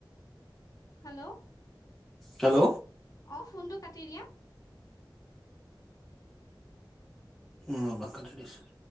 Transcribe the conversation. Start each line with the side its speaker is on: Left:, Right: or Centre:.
Left: হেল্ল'।
Centre: হেল্ল'
Left: অহ' ফোনটো কাটি দিয়া।
Centre: উম, <unintelligible> ধৰিছো।